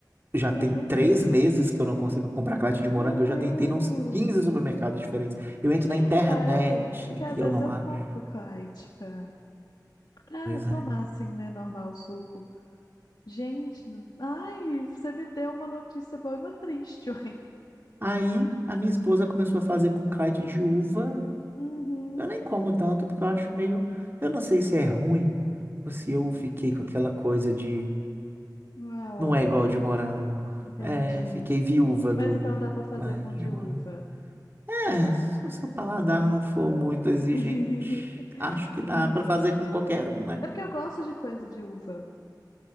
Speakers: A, on the right; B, on the left.
A: Já
B: Eu
A: tem
B: não acredito.
A: três meses que eu não consigo comprar Clyde de morango.
B: Meu Deus.
A: Eu já tentei nos 15 supermercados diferentes. Eu entro
B: Nem
A: na internet
B: reparei, porque às
A: e eu
B: vezes
A: não
B: eu
A: acho.
B: compro Clyde pra, pra
A: Pois
B: tomar
A: é.
B: assim, né, normal o suco. Gente, não- ai, você me deu uma notícia boa e uma triste, <laughs> ué.
A: Aí a minha esposa começou a fazer com Clyde de uva.
B: Uhum.
A: Eu nem como tanto porque eu acho meio. Eu não sei se é ruim ou se eu fiquei com aquela coisa de.
B: Ah, órfão.
A: Não é igual de morango.
B: Entendi.
A: É, fiquei viúva do.
B: Mas então dá pra fazer
A: Clyde
B: com
A: de
B: de
A: morango.
B: uva.
A: É, se o seu paladar
B: Entendi.
A: não for muito exigente,
B: <laughs> Entendi.
A: acho que dá pra fazer com qualquer um, né?
B: É porque eu gosto de coisa de uva.